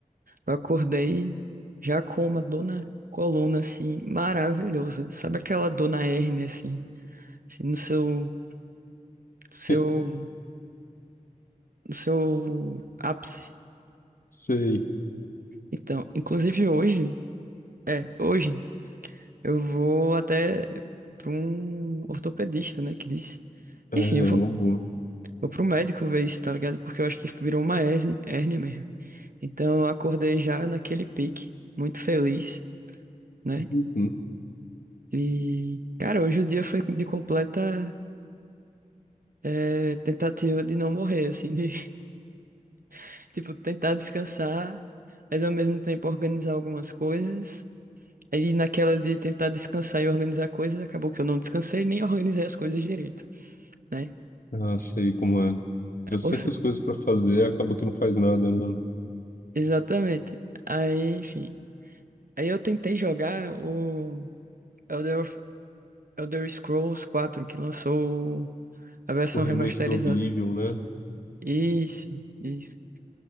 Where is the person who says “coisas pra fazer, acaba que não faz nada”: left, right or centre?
Left